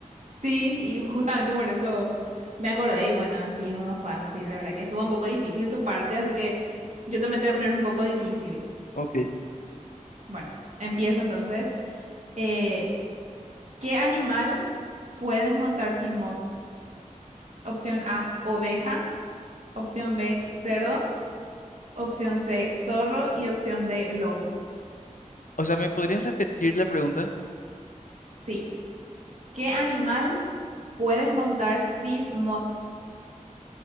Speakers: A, on the right; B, on the left.
A: Sí, y justamente por eso me acordé y bueno, al fin uno fácil, la verdad que estuvo un poco difícil tu parte, así que yo también te voy a poner un poco difícil.
B: Ok.
A: Bueno, empiezo entonces. Eh, ¿qué animal puedes montar sin mods? Opción A, oveja, opción B, cerdo, opción C, zorro y opción D, lobo.
B: O sea, ¿me podrías repetir la pregunta?
A: Sí, ¿qué animal puedes montar sin mods?